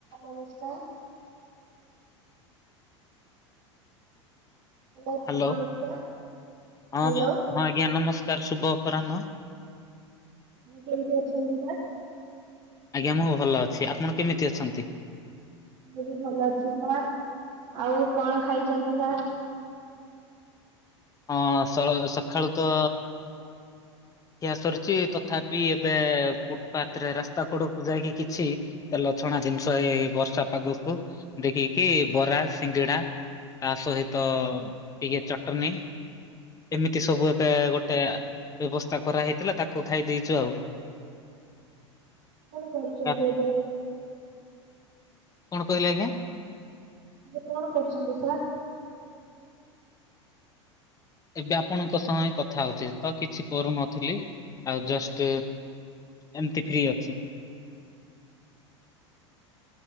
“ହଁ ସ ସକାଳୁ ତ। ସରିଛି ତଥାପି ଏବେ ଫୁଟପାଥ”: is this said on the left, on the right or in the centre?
Left